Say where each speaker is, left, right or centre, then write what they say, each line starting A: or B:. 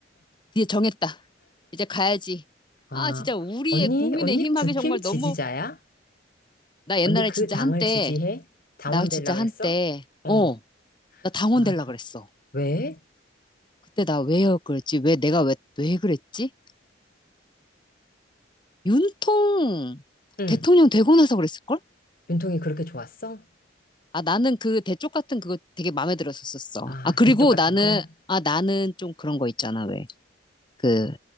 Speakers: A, on the left; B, on the left.
A: 드디어 정했다. 이제 가야지.
B: 아,
A: 아, 진짜 우리의
B: 언니,
A: 국민의힘
B: 언니 국힘
A: 하기 정말
B: 지지자야?
A: 너무, 나 옛날에
B: 언니 그
A: 진짜
B: 당을
A: 한때,
B: 지지해? 당원
A: 나 진짜
B: 되려 그랬어?
A: 한때,
B: 응.
A: 어, 나 당원
B: 아,
A: 될라
B: 저,
A: 그랬어.
B: 왜?
A: 그때 나 왜 그랬지? 왜 내가 왜, 왜 그랬지? 윤통
B: 응.
A: 대통령 되고 나서 그랬을걸?
B: 윤통이 그렇게 좋았어?
A: 아, 나는 그 대쪽 같은 그거 되게 마음에 들었었었어.
B: 아,
A: 아, 그리고
B: 대쪽 같은
A: 나는,
B: 거?
A: 아, 나는 좀 그런 거 있잖아, 왜. 그,